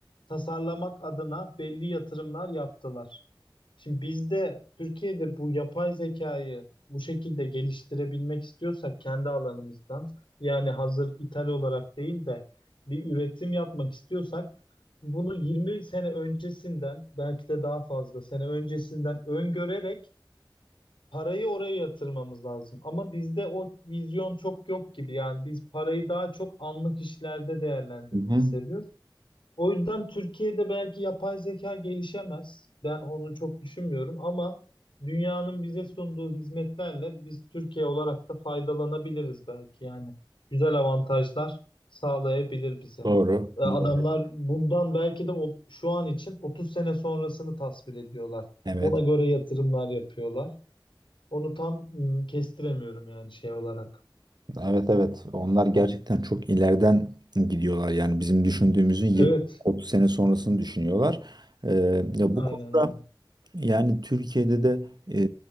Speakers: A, on the left; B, on the right.
A: tasarlamak adına belli yatırımlar yaptılar. Şimdi bizde Türkiye'de bu yapay zekayı bu şekilde geliştirebilmek istiyorsak kendi alanımızdan yani hazır ithal olarak değil de bir üretim yapmak istiyorsak bunu 20 sene öncesinden belki de daha fazla sene öncesinden öngörerek parayı oraya yatırmamız lazım. Ama bizde o vizyon çok yok gibi. Yani biz parayı daha çok anlık işlerde değerlendirmeyi
B: Hı hı.
A: seviyoruz. O yüzden Türkiye'de belki yapay zeka gelişemez. Ben onu çok düşünmüyorum ama dünyanın bize sunduğu hizmetlerle biz Türkiye olarak da faydalanabiliriz belki. Yani güzel avantajlar sağlayabilir bize.
B: Doğru.
A: E, Adamlar
B: Doğru.
A: bundan belki de o, şu an için 30 sene sonrasını tasvir ediyorlar.
B: Evet.
A: Ona göre yatırımlar yapıyorlar. Onu tam ım, kestiremiyorum yani şey olarak.
B: Evet evet. Onlar gerçekten çok ileriden gidiyorlar. Yani bizim düşündüğümüzün 20-30
A: Evet,
B: sene sonrasını düşünüyorlar. Ee, ya
A: aynen
B: bu konuda
A: öyle.
B: yani Türkiye'de de e,